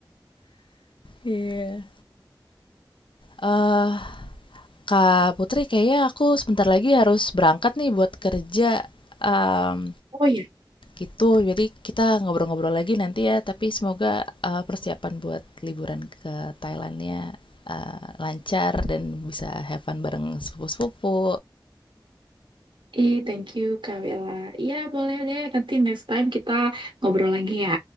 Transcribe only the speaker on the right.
Oh iya.
Ih, thank you Kak Bella. Iya, boleh deh. Nanti next time kita ngobrol lagi ya.